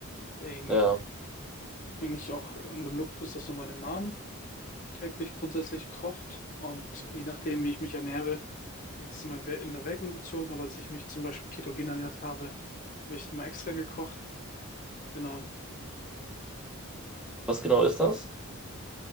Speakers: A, on the left (about 35°); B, in the centre.
A: Deswegen
B: Ja.
A: bin ich auch in dem Luxus, dass noch meine Mom täglich grundsätzlich kocht und je nachdem, wie ich mich ernähre, habe ich das immer we- in Erwägung gezogen, aber als ich mich zum Beispiel ketogen ernährt habe, habe ich immer extra gekocht. Genau.
B: Was genau ist das?